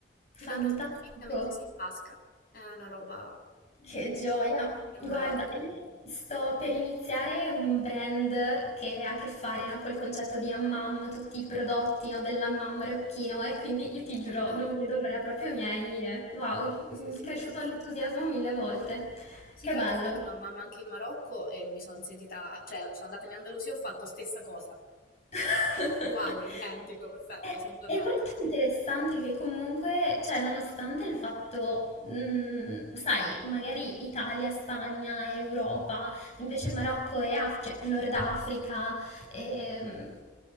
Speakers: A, on the left; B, on the left.
A: Ti
B: Fantastico,
A: danno il termomix mentre sei in vasca. È una roba
B: che
A: mm,
B: gioia!
A: innamorata.
B: Guarda,
A: tu.
B: io sto per iniziare un brand che ha a che fare, no, col concetto di Hammam, tutti i prodotti, no, dell'Hammam marocchino e quindi io ti giuro,
A: Perfetto,
B: non vedo l'ora, proprio
A: perfetto.
B: mi hai, eh, wow,
A: Sì,
B: mi
A: sì, sì.
B: è cresciuto l'entusiasmo mille volte.
A: Sì,
B: Che
A: tra
B: bello!
A: l'altro ho fatto una mamma anche in Marocco e mi sono sentita, cioè sono andata in Andalusia e ho fatto stessa cosa,
B: <laughs>
A: uguale, identico, perfetto,
B: È
A: sono tornata.
B: è molto interessante che comunque, cioè nonostante il fatto, mm, sai, magari Italia, Spagna, Europa, invece il Marocco e Af- cioè, Nord Africa, ehm,